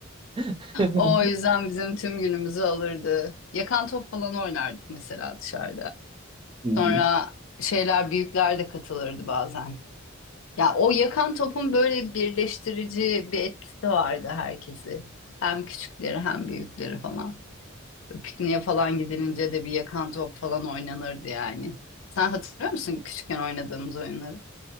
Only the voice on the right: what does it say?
<laughs>
Hı hı.